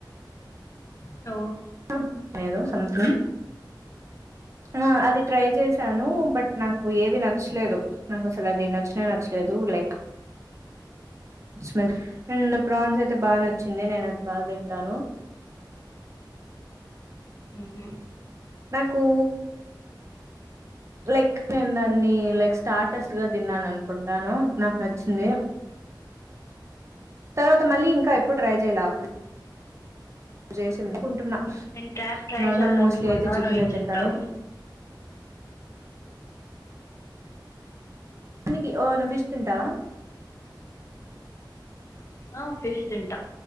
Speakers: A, on the left (about 40°); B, on the right (about 40°).
A: స్లో
B: అం ఏదో సంథింగ్ ఆ అది ట్రై చేసానూ బట్ నాకు ఏది నచ్లేదు నాకు అసలు అది నచ్నే నచ్చలే దూ లైక్ స్వెఫ్ అండ్ ప్రాన్సయితే బా నచ్చింది నేను అది బా తింటాను
A: ఉహూ
B: నాకూ లైక్ నేన్ దాన్నీ లైక్ స్టార్టస్ గా దిన్నానుకుంటాను నాకు న చ్చింది తర్వాత మళ్ళీ ఇంకా ఎప్పుడు ట్రై చేయలా అప్పుడు జేసింద్ కుంటున్నా
A: నేను క్యాబ్ ట్రై
B: నార్మల్
A: చేయాలనుకున్నా
B: మోస్ట్లీ అయితే చికెనే
A: నువ్వు ఇది
B: తింటాను
A: చెప్పావు
B: దకి ఓ నువ్వు ఫిష్ తింటావ
A: ఆ ఫిష్ తింటా